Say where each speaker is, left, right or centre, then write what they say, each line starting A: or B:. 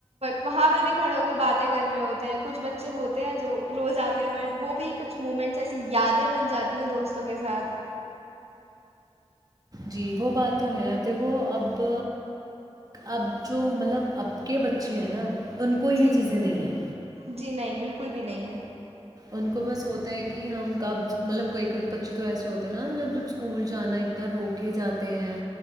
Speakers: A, on the right; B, on the right.
A: وہاں پہ بھی کھڑے ہو کے باتیں کر رہے ہوتے ہیں کچھ بچے ہوتے ہیں جو روز آتے ہیں بٹ وہ بھی کچھ مومنٹس ایسی یادیں بن جاتی ہیں دوستوں کے ساتھ
B: جی وہ بات تو ہے اب دیکھو اب اب جو مطلب اب کے بچے ہیں نا ان کو یہ
A: جی
B: چیزیں نہیں ہیں
A: جی نہیں بالکل بھی نہیں ہے
B: ان کو بس ہوتا ہے کہ ہم کب مطلب کوئی بچے تو ایسے ہوتے ہیں نا مطلب جب اسکول جانا اتنا رو کے جاتے ہیں